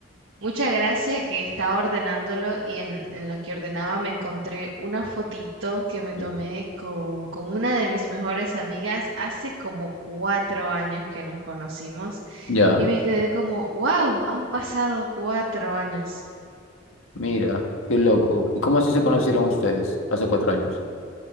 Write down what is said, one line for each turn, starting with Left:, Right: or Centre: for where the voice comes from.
Right: mucha gracia que estaba ordenándolo y en, en lo que ordenaba me encontré una fotito que me
Left: bien.
Right: tomé con, con una de mis mejores amigas hace como cuatro años que nos conocimos
Left: Ya,
Right: y me quedé como, wow, han pasado cuatro años.
Left: mira, qué loco. ¿Y cómo así se conocieron ustedes hace cuatro años?